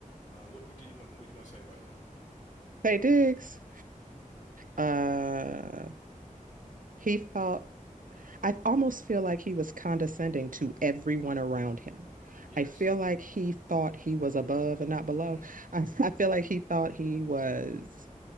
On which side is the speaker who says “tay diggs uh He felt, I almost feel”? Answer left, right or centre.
Right